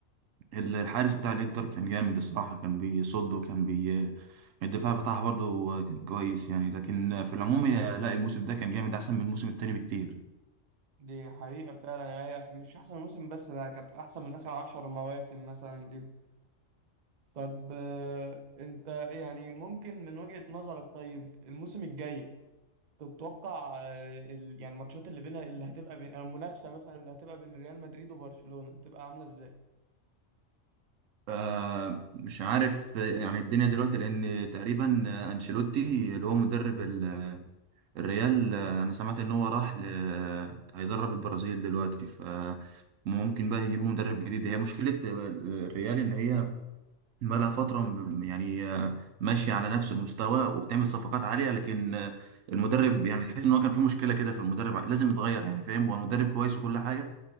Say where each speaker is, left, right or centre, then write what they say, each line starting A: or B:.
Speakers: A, on the right (about 80°); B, on the right (about 45°).
A: الحارس بتاع الانتر كان جامد الصراحة كان بيصد وكان بي الدفاع بتاعها برضو كان كويس يعني لكن في العموم هي- لا الموسم ده كان جامد احسن من الموسم التاني بكتير
B: دي حقيقة فعلا يعني هي مش احسن موسم بس ده كانت احسن من اخر عشر مواسم مثلا ليهم طب اه، انت يعني ممكن من وجهة نظرك طيب الموسم الجاي تتوقع آه، ال- يعني الماتشات اللي بينها اللي هتبقى بين المنافسة مثلا اللي هتبقى بين ريال مدريد وبرشلونة هتبقى عاملة ازاي؟
A: آه، مش عارف آه، يعني الدنيا دلوقتي لان تقريبا آه، انشيلوتي اللي هو مدرب ال- آه، الريال آه، انا سمعت ان هو راح ل... آه، هيدرب البرازيل دلوقتي ف ممكن بقى يجيبوا مدرب جديد هي مشكلة الريال ان هي بقالها فترة م- يعني آه، ماشية على نفس المستوى وبتعمل صفقات عالية لكن آه، المدرب يعني تحس ان هو كان في مشكلة كده في المدرب لازم يتغير يعني فاهم هو المدرب كويس وكل حاجة